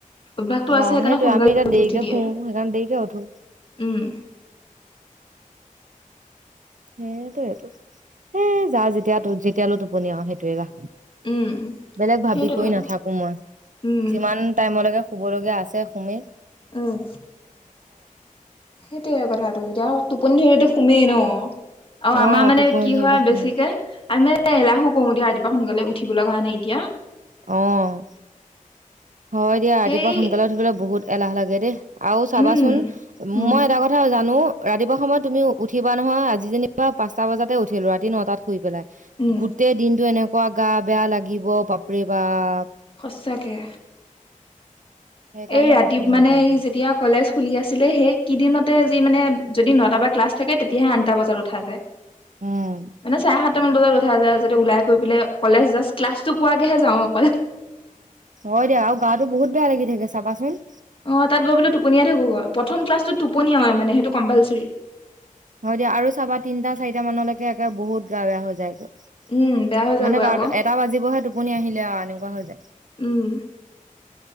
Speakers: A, on the left; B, on the right.
A: অভ্যাসটো
B: অ',
A: আছে সেইকাৰণে
B: সেইটোয়ে
A: সোনকালে
B: আমি এতিয়া
A: উঠি
B: দেৰিকে
A: - উঠি দিয়ে
B: শু সেইকাৰণে দেৰিকে উঠো
A: উম,
B: সেইটোয়ে হেই যা যেতিয়া যেতিয়ালৈ টোপনি আৰু সেইটোয়ে।
A: উম
B: বেলেগ ভাবি
A: সেইটোৱে কথাটো
B: কৰি নাথাকো মই
A: উম
B: যিমান টাইমলৈকে শুবলগীয়া আছে সোমেই।
A: উম, সেইটোৱে কথাটো এতিয়া টোপনি ধৰিলেটো সোমেই ন। অ, আমাৰ
B: অ',
A: মানে
B: টোপনি
A: কি
B: ধৰিলে
A: হয়
B: শুমেই
A: বেছিকে আমি মানে এ-এলাহো ক-কৰো দিয়া ৰাতিপুৱা সোনকালে উঠিব লগা নাই এতিয়া।
B: অ', হয় দিয়া ৰাতিপুৱা
A: সেই
B: সোনকালে উঠিবলৈ বহুত এলাহ লাগে দেই আৰু চাবাচোন।
A: উম উম
B: মই এটা কথা জানো ৰাতিপুৱা সময়ত তুমি উঠিবা নহয় আজি যেনিব বা পাঁচ পাচটা বজাতে উঠিলো ৰাতি নটাত শুই পেলাই।
A: উম
B: গোটেই দিনটো এনেকুৱা গা বেয়া লাগিব বাপৰে বাপ।
A: সঁচাকে।
B: সেইকাৰণে
A: এই ৰাতি
B: নুশুৱে
A: মানে
B: এটা
A: এই
B: বোলো
A: যেতিয়া কলেজ খুলি আছিলে সেই কিদিনতে যি মানে যদি নটা বা ক্লাছ থাকে তেতিয়াহে আঠটা বজাত উঠা যায়।
B: উম
A: মানে চাৰে সাতটামান বজাত উঠাই যায় যাতে ওলাই, গৈ পেলাই কলেজ জাষ্ট ক্লাছটো পোৱাকৈহে যাওঁ অকল।
B: হয় দে আৰু গাটো বহুত বেয়া লাগি থাকে চাবাচোন।
A: অ, তাত গৈ পানে টোপনিয়াই থাকোগৈ প্ৰথম ক্লাছটোত টোপনিয়াওয়ে মানে সেইটো কম্পালচৰি।
B: হয় দিয়া আৰু চাবা তিনিটা চাৰিটা মানলৈকে একে বহুত গা বেয়া হৈ যায়।
A: উম বেয়া হৈ যায়গৈ
B: মানে বাৰ
A: আকৌ
B: এটা বাজিবহে টোপনি আহিলে আৰু এনেকুৱা হৈ যায়।
A: উম,